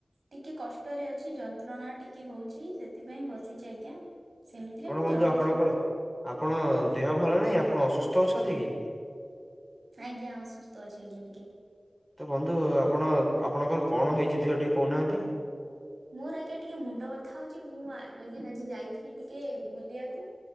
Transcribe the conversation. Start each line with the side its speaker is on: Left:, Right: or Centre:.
Right: ଟିକେ କଷ୍ଟରେ ଅଛି ଯନ୍ତ୍ରଣା ଟିକେ ହଉଛି ସେଥିପାଇଁ ବସିଛି ଆଜ୍ଞା। ସେମିତିରେ
Centre: କଣ
Right: ମୁଁ
Centre: ବନ୍ଧୁ
Right: ଜଲଦି
Centre: ଆପଣଙ୍କର
Right: ଶୋଇପଡେ
Centre: ଆପଣ ଦେହ ଭଲ ନାହିଁ ଆପଣ ଅସୁସ୍ଥ ଅଛନ୍ତି କି?
Right: ଆଜ୍ଞା ଅସୁସ୍ଥ ଅଛି ଆଜ୍ଞା ଟିକେ।
Centre: ତ, ବନ୍ଧୁ ଆପଣ, ଆପଣଙ୍କର କଣ ହେଇଛି ଦେହ ଟିକେ କହୁନାହାଁନ୍ତି।
Right: ମୋର ଆଜ୍ଞା ଟିକେ ମୁଣ୍ଡ ବଥା ହଉଛି ମୁଁ ଆଜ୍ଞ ଆଜି ଯାଇଥିଲି ଟିକେ ବୁଲିଆକୁ।